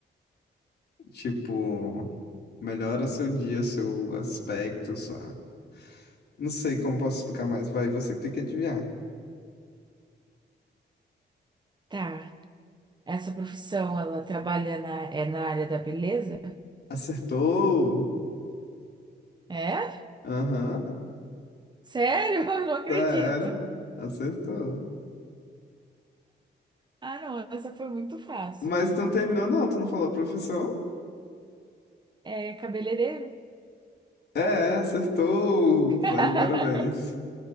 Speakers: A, on the left; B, on the right.
A: Tipo, melhora seu dia, seu aspecto, sua. Não sei como posso explicar mais. Vai, você que tem que adivinhar.
B: Tá. Essa profissão, ela trabalha na, é na área da beleza?
A: Acertou!
B: É?
A: Aham,
B: Sério? <laughs> Eu não acredito.
A: já era. Acertou.
B: Ah, não, essa foi muito fácil.
A: Mas tu não terminou, não. Tu não falou a profissão?
B: É cabeleireiro?
A: É, acertou!
B: <laughs>
A: Tá de parabéns.